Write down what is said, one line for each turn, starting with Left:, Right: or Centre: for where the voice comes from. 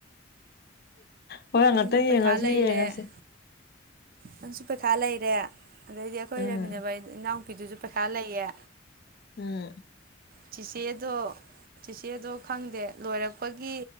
Left: ꯍꯣꯏ ꯉꯉꯥꯛꯇꯪ
Right: ꯅꯪꯁꯨ ꯄꯩꯈꯥ
Left: ꯌꯦꯡꯉꯁꯨ
Right: ꯂꯩꯔꯦ
Left: ꯌꯦꯡꯉꯁꯤ
Right: ꯅꯪꯁꯨ ꯄꯩꯈꯥ ꯂꯩꯔꯦ ꯑꯗꯩꯗꯤ ꯑꯩꯈꯣꯏ
Left: ꯎꯝ
Right: ꯂꯩꯃꯤꯟꯅꯕ ꯏꯅꯥꯎꯨꯄꯤꯗꯨꯁꯨ ꯄꯩꯈꯥ ꯂꯩꯌꯦ
Left: ꯎꯝ
Right: ꯆꯤꯆꯦꯗꯣ ꯆꯤꯆꯦꯗꯣ ꯈꯪꯗꯦ ꯂꯣꯏꯔꯛꯄꯒꯤ